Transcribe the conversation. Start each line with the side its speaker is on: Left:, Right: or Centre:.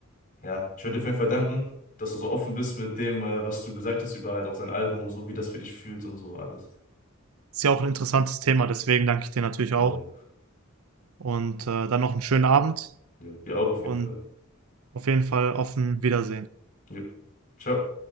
Left: ja, ich würde dir auf jeden Fall danken, dass du so offen bist mit dem, äh, was du gesagt hast über halt auch sein Album und so, wie das für dich fühlt und so alles.
Right: Ist ja auch ein interessantes Thema, deswegen danke ich dir natürlich
Left: Äh,
Right: auch und, äh, dann noch einen schönen Abend
Left: ja, dir auch auf
Right: und
Left: jeden Fall.
Right: auf jeden Fall offen Wiedersehen.
Left: Jo. Ciao.